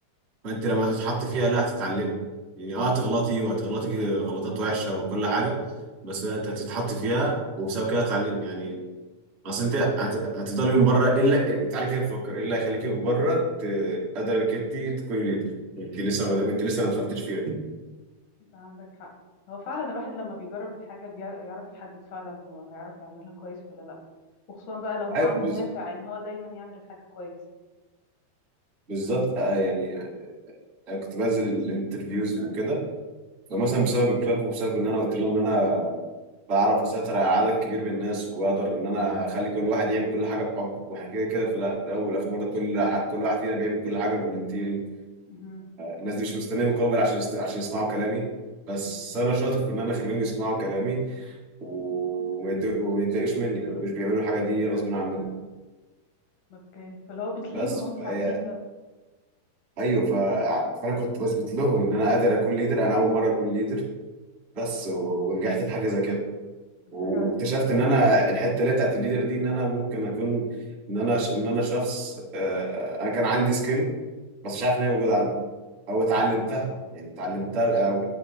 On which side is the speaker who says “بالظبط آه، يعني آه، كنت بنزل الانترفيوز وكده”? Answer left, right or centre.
Right